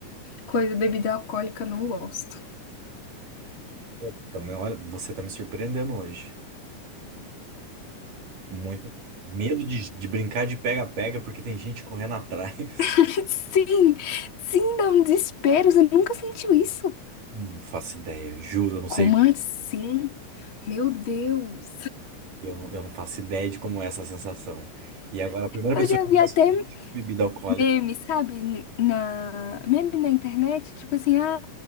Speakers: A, on the left (about 40°); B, on the right (about 85°).
A: coisa, bebida alcoólica, não gosto.
B: Pô, Também, olha, você tá me surpreendendo hoje. Muito. Medo de, de brincar de pega-pega porque tem gente correndo atrás.
A: <laughs> Sim, sim, dá um desespero. Você nunca sentiu isso?
B: <laughs> Não faço ideia, juro, eu não
A: Como
B: sei.
A: assim? Meu Deus.
B: Eu, não- eu não faço ideia de como é essa sensação. E agora, a primeira
A: Eu
B: pessoa
A: já
B: que
A: vi
B: não gosta
A: até
B: de nenhum tipo de bebida alcoólica.
A: meme, sabe? Na... Meme na internet, tipo assim, ah,